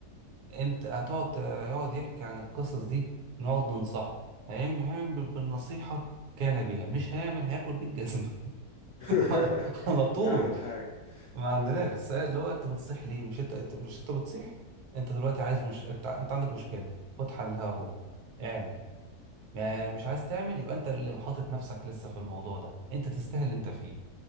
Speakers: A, on the right; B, on the left.
A: انت هتقعد يقعد يحكي عن القصص دي نقعد ننصحه هيعمل هيعمل بالنصيحة كان بيها مش هيعمل هياكل بالجزمة
B: <laughs>
A: <laughs> على طول
B: احلى حاجه
A: ما عندناش
B: مم.
A: السؤال اللي هو انت بتصيح ليه مش انت انت مش انت بتصيح انت دلوقتي عايز مش انت, انت عندك مشكلة خد حلها اهو اعمل ما مش عايز تعمل يبقى انت اللي حاطط نفسك لسه في الموضوع ده انت تستاهل اللي انت فيه